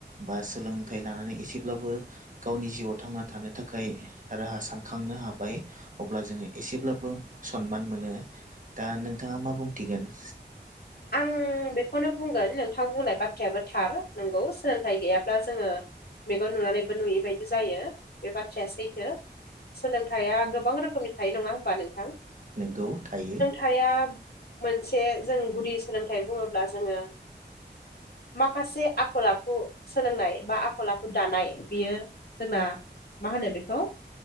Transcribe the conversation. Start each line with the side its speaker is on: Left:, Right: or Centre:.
Right: बा सोलोंथाइ लानानै एसेब्लाबो गावनि जिउआव थांना थानो थाखाय राहा सानखांनो हाबाय। अब्ला जोंङो एसेब्लाबो सनमान मोनो दा नोंथांङा मा बुंथिगोन
Left: आं बेखौनो बुंगोन नोंथां बुंनाय बाथ्रायाबो थार नंगौ सोलोंथाइ गैयाब्ला जोंङो मेगन नुनानैबो नुयै बायदि जायो बे बाथ्राया सैथो सोलोंथाया गोबां रोखोमनि थायो नङा होमबा नोंथां
Right: नंगौ थायो।
Left: हाया। एसे जों गुदि सोलोंथाइ बुंङोब्ला जोंङो माखासे आखल आखु सोलोंनाय बा आखल आखु दानाय बियो जोंना मा होनो बेखौ